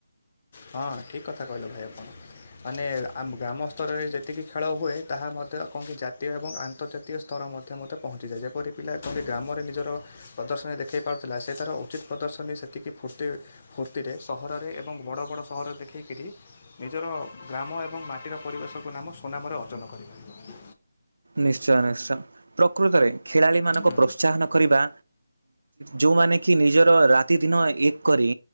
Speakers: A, on the left (about 20°); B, on the right (about 75°).
A: ହଁ ଠିକ କଥା କହିଲୁ ଭାଇ ଆପଣ? ମାନେ ଗ୍ରାମ ସ୍ତରରେ ଯେତିକି ଖେଳ ହୁଏ ତାହା ମଧ୍ୟ କେଉଁଠି ଜାତୀୟ ଏବଂ ଆନ୍ତର୍ଜାତୀୟ ସ୍ତର ମଧ୍ୟ ପହଞ୍ଚିଯାଏ ଯେପରି ପିଲା କେଉଁଠି ଗ୍ରାମରେ ନିଜର ପ୍ରଦର୍ଶନୀ ଦେଖାଇ ପାରୁଥିଲା ସେଠାର ଉଚିତ୍ ପ୍ରଦର୍ଶନୀ ସେତିକି ଫୁର୍ତ୍ତି ଫୁର୍ତ୍ତିରେ ସହରରେ ଏବଂ ବଡ଼ ବଡ଼ ସହର ଦେଖିକରି ନିଜର ଗ୍ରାମ ଏବଂ ମାଟିର ପରିବେଶକୁ ନାମ ସୁନାମରେ ଅର୍ଜନ କରିପାରିବ।
B: ନିଶ୍ଚୟ ନିଶ୍ଚୟ ପ୍ରକୃତରେ ଖେଳାଳିମାନଙ୍କୁ
A: ହୁଁ,
B: ପ୍ରୋତ୍ସାହନ କରିବା ଯେଉଁମାନେ କି ନିଜର ରାତିଦିନ ଏକ କରି